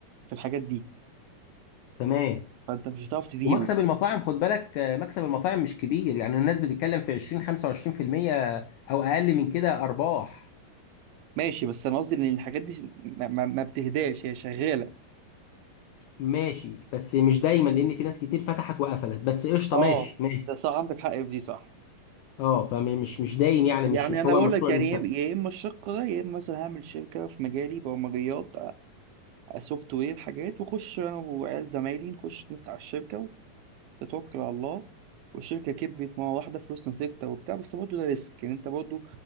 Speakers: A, on the right (about 85°); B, on the left (about 85°).
A: في الحاجات دي
B: تمام
A: فانت مش هتعرف تديره
B: ومكسب المطاعم خد بالك آه، مكسب المطاعم مش كبير يعني الناس بتتكلم في 20 25% او اقل من كده ارباح
A: ماشي بس انا قصدي ان الحاجات دي ما, ما ما بتهداش هي شغاله
B: ماشي بس مش دايما لان في ناس كتير فتحت وقفلت بس قشطه
A: اه
B: ماشي ماشي
A: ده صح عندك حق في دي صح
B: اه فمش مش دايم يعني
A: يعني
B: مش مش
A: انا
B: هو
A: بقول
B: مشروع
A: لك يعني
B: المستقبل
A: يا يا اما الشق ده يا اما مثلا هعمل شركه في مجالي برمجيات سوفت وير حاجات واخش انا وعيال زمايلي نخش نفتح الشركه وتتوكل على الله والشركه كبرت مره واحده فلوسنا ثابته وبتاع بس برضه ده ريسك يعني انت برضه